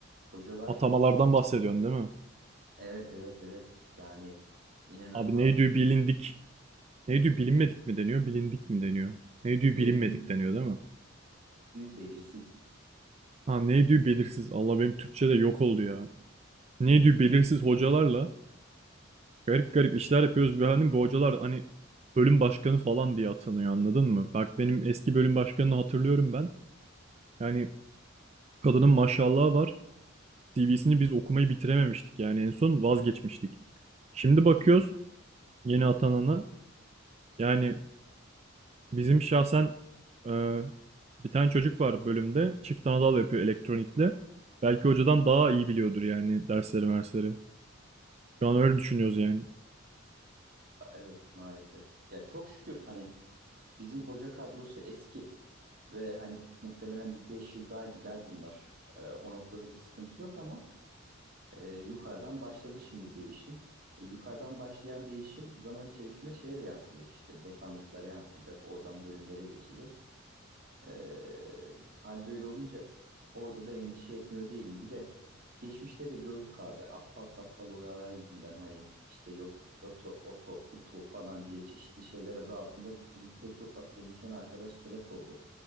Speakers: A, on the right; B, on the right.
A: Hocalar
B: Atamalardan bahsediyorsun değil mi?
A: evet evet evet yani inanılmaz
B: Abi ne diyor
A: in,
B: bilindik. Ne diyor bilinmedik mi deniyor, bilindik mi deniyor? Ne diyor
A: ne
B: bilinmedik
A: yürüdüğü,
B: deniyor değil mi?
A: belirsiz.
B: Ha ne diyor belirsiz. Allah benim Türkçe de yok oldu ya. Ne diyor belirsiz hocalarla garip garip işler yapıyoruz. Bir hani bu hocalar hani bölüm başkanı falan diye atanıyor anladın mı? Bak benim eski bölüm başkanını hatırlıyorum ben. Yani kadının maşallahı var. CV'sini biz okumayı bitirememiştik. Yani en son vazgeçmiştik. Şimdi bakıyoruz yeni atanana. Yani Bizim şahsen e, bir tane çocuk var bölümde. Çift anadal yapıyor elektronikle. Belki hocadan daha iyi biliyordur yani dersleri mersleri. Şu an öyle düşünüyoruz yani.
A: Evet maalesef. Ya çok şükür hani bizim hoca kadrosu eski ve hani muhtemelen bir 5 yıl daha gider bunlar. Ee, o noktada bir sıkıntı yok ama E, yukarıdan başladı şimdi değişim. E, yukarıdan başlayan değişim zaman içerisinde şeye de yansıyacak işte dekanlıklara yansıyacak, oradan bölümlere geçecek. E, hal böyle olunca orada da endişe etmiyor değilim. Bir de geçmişte de gördük abi aptal saptal olaylar yüzünden hani işte yok öto, oto, utu falan diye çeşitli şeyler adı altında bizim pek çok akademisyen arkadaş telef oldu.